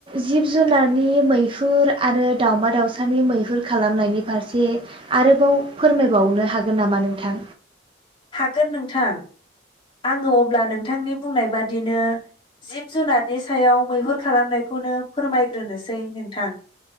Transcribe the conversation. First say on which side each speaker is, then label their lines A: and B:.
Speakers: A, on the right (about 30°); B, on the left (about 25°).
A: जिब जुनारनि मैहुर आरो दाावमा दाावसानि मैहुर खालामनायनि फारसे आरोबाव फोरमायबावनो हागोन नामा नोंथां?
B: हागोन नोंथां आङो अब्ला नोंथांनि बुंनाय बादिनो जिब जुनारनि सायाव मैहुर खालामनायखौनो फोरमायग्रोनोसै नोंथां।